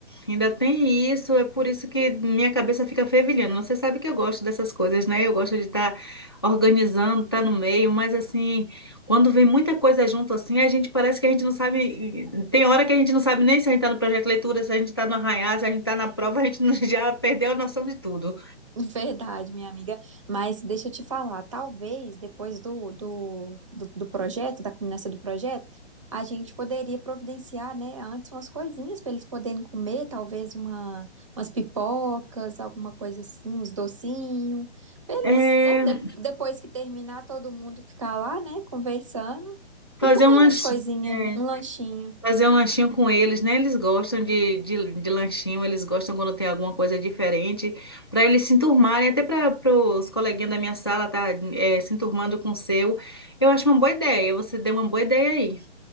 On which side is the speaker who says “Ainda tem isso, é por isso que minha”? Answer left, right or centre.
Left